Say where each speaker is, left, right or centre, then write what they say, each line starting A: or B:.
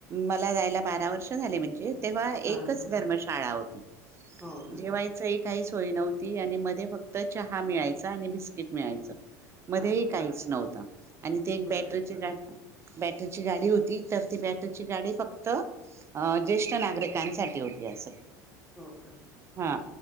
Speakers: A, on the right (about 30°); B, in the centre.
A: मला जायला बारा वर्ष झाले म्हणजे. तेव्हा
B: हा
A: एकच
B: हा
A: धर्मशाळा होती.
B: हो ना
A: जेवायचंही काहीच सोय नव्हती आणि मध्ये फक्त चहा मिळायचा आणि बिस्किट मिळायच. मध्येही
B: हा हा
A: काहीच नव्हतं आणि ते एक
B: बरं
A: बॅटरीची गाडी. बॅटरीची तर ती बॅटरीची गाडी फक्त अ ज्येष्ठ नागरिकांसाठी होती असं.
B: हो का.
A: हा